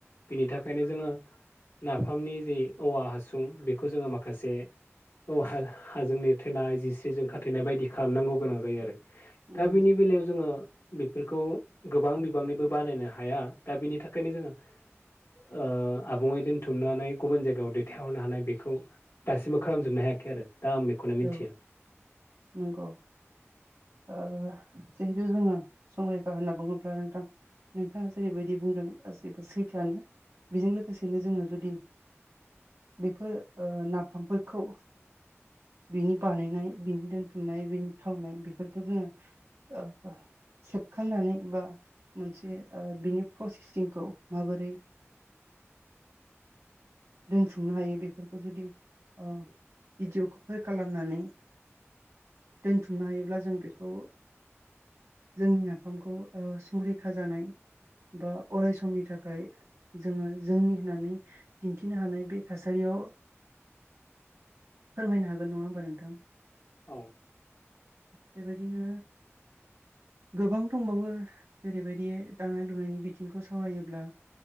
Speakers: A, on the left; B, on the right.
A: बेनि थाख खायनो जोङो नाफामनि जि औवा हासुं बेखौ जोङो माखासे औ हा-हाजों लिरथेनाय जिस्रिजों खाथेनाय बायदि खालामनांगौ गोनां जायो आरो।
B: उम
A: दा बेनि बेलायाव जोङो बेफोरखौ गोबां बिबांनिबो बानायनो हाया दा बिनि थाखायनो जोङो ओ आबुङै दोनथुमनानै गुबुन जायगायाव दैथायहरनो हानाय बेखौ दासिमबो खालामजोबनो हायाखै आरो दा आं बेखौनो मिन्थियो।
B: औ नंगौ ओ जिहेतु जोङो संरैखा होनना बुङोब्ला नोंथां नोंथाङा जेरैबायदि बुंदों गासैबो सैथोआनो। बेजों लोगोसेनो जोङो जुदि बेफोर ओ नाफामफोरखौ बिनि बानायनाय बिनि दोनथुमनाय बेनि थावनाय बेफोरखौ जोङो ओ ओ सेबखांनानै बा मोनसे ओ बिनि प्रसेसिंखौ माबोरै दोनथुमनो हायो बेफोरखौ जुदि भिडिअ फोर खालामनानै दोनथुमनो हायोब्ला जों बेखौ जोंनि नाफामखौ संरैखा जानाय बा अराय समनि थाखाय जोङो जोंनि होननानै दिन्थिनो हानाय बे थासारियाव फोरमायनो हागोन नङा होमबा नोंथां?
A: औ
B: बेबायदिनो गोबां दंबावो जेरैबायदि दानाय लुनायनि बि बिथिंखौ सावरायोब्ला